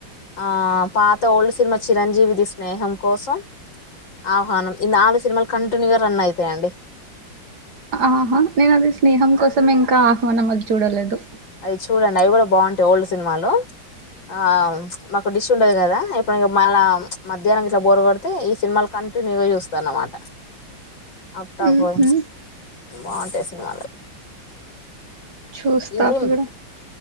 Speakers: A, on the left; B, on the right.
A: ఆ పాత ఓల్డ్ సినిమా చిరంజీవిది స్నేహం కోసం ఆహ్వానం ఈ నాలుగు సినిమాలు కంటిన్యూగా రన్ అయితాయండి.
B: ఆహాహా నేను అది స్నేహం కోసం ఇంకా ఆహ్వానం అది చూడలేదు.
A: అవి చూడండి, అవి కూడా బాగుంటాయి ఓల్డ్ సినిమాలు. ఆ మాకు డిష్ ఉండదు కదా ఎప్పుడైనా మళ మధ్యాహ్నం ఇట్లా బోరు కొడితే ఈ సినిమాలు కంటిన్యూగా చూస్తాను అన్నమాట. అంతఃపురం
B: ఉహు
A: బాగుంటాయి సినిమాలు
B: చూస్తా
A: ఇదిం
B: ఇప్పుడు